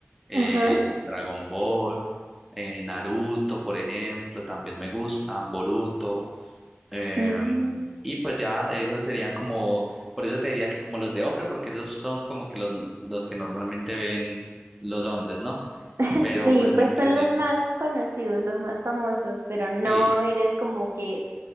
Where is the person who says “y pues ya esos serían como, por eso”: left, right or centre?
Centre